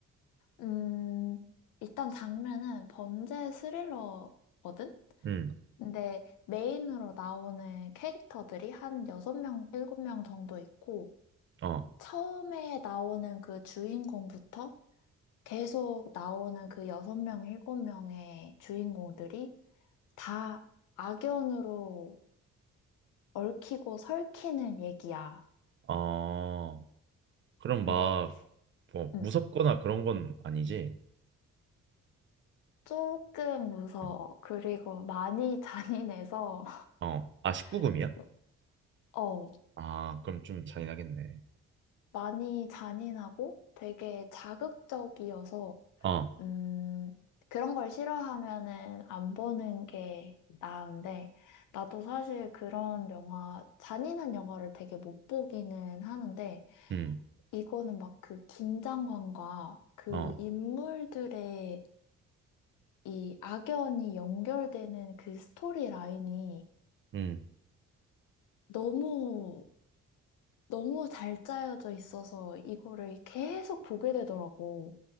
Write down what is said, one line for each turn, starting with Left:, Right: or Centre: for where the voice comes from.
Left: 음, 일단 장르는 범죄 스릴러거든?
Right: 응,
Left: 근데 메인으로 나오는 캐릭터들이 한 6명, 7명 정도 있고,
Right: 어.
Left: 처음에 나오는 그 주인공부터 계속 나오는 그 6명, 7명의 주인공들이 다 악연으로 얽히고 설키는 얘기야.
Right: 어, 그럼
Left: 근데,
Right: 막, 뭐,
Left: 음,
Right: 무섭거나 그런 건 아니지?
Left: 조금 무서워.
Right: 응.
Left: 그리고 많이 잔인해서,
Right: 어, 아, 19금이야?
Left: <laughs> 어,
Right: 아, 그럼 좀 잔인하겠네.
Left: 많이 잔인하고 되게 자극적이어서
Right: 어,
Left: 음, 그런 걸 싫어하면은 안 보는 게 나은데, 나도 사실 그런 영화, 잔인한 영화를 되게 못 보기는 하는데,
Right: 음,
Left: 이거는 막 그 긴장감과 그
Right: 어,
Left: 인물들의 이 악연이 연결되는 그 스토리 라인이
Right: 음,
Left: 너무, 너무 잘 짜여져 있어서 이거를 계속 보게 되더라고.